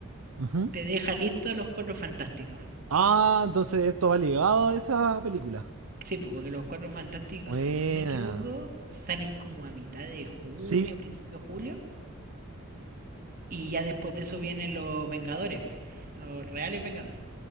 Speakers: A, on the right (about 80°); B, on the right (about 40°).
A: Ujú.
B: te deja listo a los cuatro fantásticos.
A: Ah, entonces esto va ligado a esa película.
B: Sí, pues porque los cuatro fantásticos,
A: Buena.
B: si no me equivoco, salen como a mitad de junio,
A: Sí.
B: principio de julio. Y ya después de eso vienen los Vengadores, los reales Vengadores.